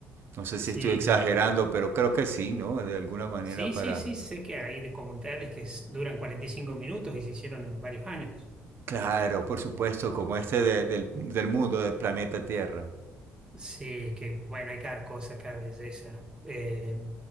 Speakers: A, on the right; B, on the right.
A: No sé
B: Sí,
A: si estoy exagerando, pero creo que sí, ¿no? De alguna manera
B: sí,
A: para...
B: sí, sí, sé que hay documentales que s- duran 45 minutos y se hicieron en varios años.
A: Claro, por supuesto, como este
B: Y,
A: de- del, del mundo, del planeta Tierra.
B: Sí, que bueno, hay cada cosa, cada belleza. Eh,